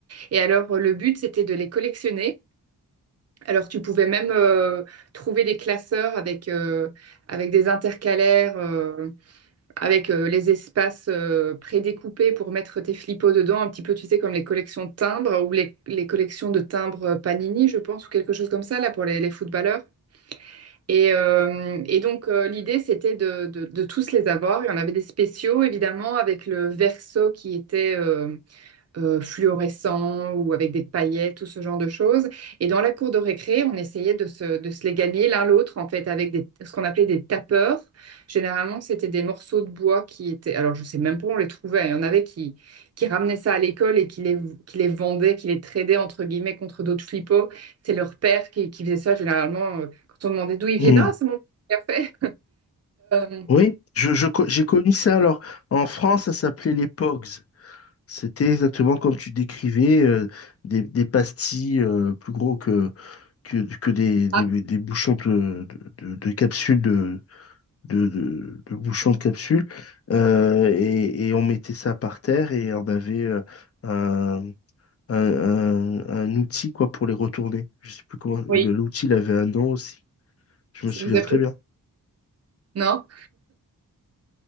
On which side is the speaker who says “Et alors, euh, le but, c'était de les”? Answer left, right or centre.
Right